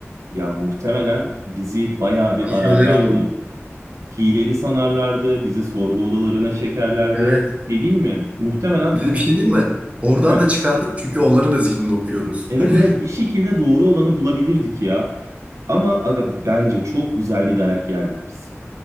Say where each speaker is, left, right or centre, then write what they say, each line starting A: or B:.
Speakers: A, on the right; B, on the right.
A: Ya muhtemelen bizi bayağı bir
B: Milyoner
A: ararlardı.
B: olurdum.
A: Hileli sanarlardı. Bizi sorgu odalarına çekerlerdi.
B: Evet.
A: Ne diyeyim mi? Muhtemelen
B: Bir de bir şey diyeyim mi? Oradan
A: <laughs>
B: da çıkardık çünkü onların da zihnini okuyoruz.
A: Evet
B: Hani
A: evet bir şekilde doğru olanı bulabilirdik ya. Ama aga bence çok güzel bir dayak yerdik biz.